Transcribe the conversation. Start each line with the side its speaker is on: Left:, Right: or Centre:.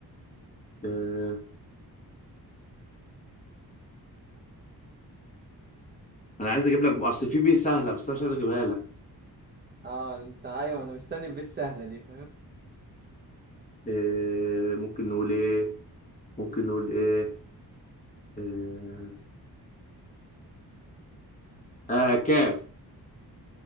Left: آه. انا عايز اجيب لك بقى- اصل في بيه سهله بس انا مش عايز اجيبها لك
Right: اه انت ايوه انا مستني الب السهله دي
Left: آه. ممكن نقول ايه ممكن نقول ايه اه, آه. كاف